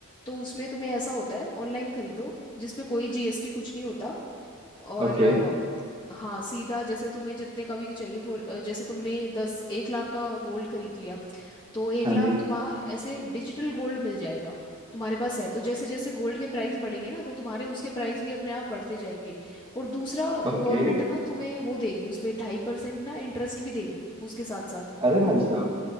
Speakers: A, on the left (about 20°); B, on the right (about 25°).
A: तो उसमें तुम्हें ऐसा होता है ऑनलाइन खरीदो जिस पे कोई जीएसटी कुछ नहीं होता और
B: ओके
A: अ, हाँ सीधा जैसे तुम्हें जितने का भी चाहिए फॉर अ, जैसे तुमने दस एक लाख का गोल्ड खरीद लिया तो एक
B: हाँ
A: लाख
B: जी
A: तुम्हारा ऐसे डिजिटल गोल्ड मिल जाएगा तुम्हारे पास है तो जैसे जैसे गोल्ड के प्राइस बढ़ेंगे ना तो तुम्हारे उसके प्राइस भी अपने आप बढ़ते जाएंगे और दूसरा
B: ओके
A: गवर्नमेंट ना तुम्हें वो देगी उस पे ढाई परसेंट ना इंटरेस्ट भी देगी उसके साथ साथ
B: अरे भाई साहब